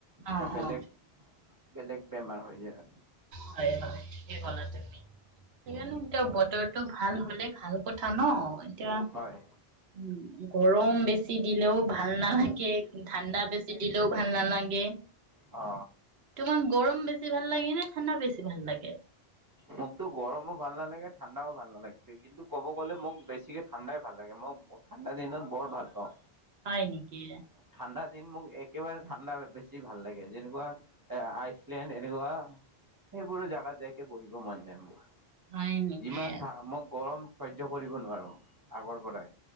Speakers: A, on the right; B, on the right.
A: এতিয়া
B: অ',
A: বেলেগ।
B: অ',
A: বেলেগ বেমাৰ হৈ যায়
B: হয় হয়ে ঠিকেই কলা তুমি সেইকাৰণে এতিয়া বতৰটো ভাল হলে ভাল কথা ন এতিয়া
A: হয়
B: উ গৰম বেছি দিলেও ভাল নালাগে ঠাণ্ডা বেছি দিলেও ভাল নালাগে।
A: অ।
B: তোমাক গৰম বেছি ভাল লাগে নে ঠাণ্ডা বেছি ভাল লাগে?
A: মোকতো গৰমো ভাল নালাগে ঠাণ্ডাও ভাল নালাগে কিন্তু ক'ব গ'লে মোক বেছিকে ঠাণ্ডাই ভাল লাগে মই ঠাণ্ডা দিনত বৰ ভাল পাওঁ।
B: হয় নেকি?
A: ঠাণ্ডা দিন মোক একেবাৰে ঠাণ্ডা বেছি ভাল লাগে যেনেকুৱা এ আইচলেণ্ড এনেকুৱা সেইবোৰো জেগাত <unintelligible> বহিব মন যায় মোক
B: হয় নেকি
A: যিমান ধা মই গৰম সহ্য কৰিব নোৱাৰো। আগৰ পৰাই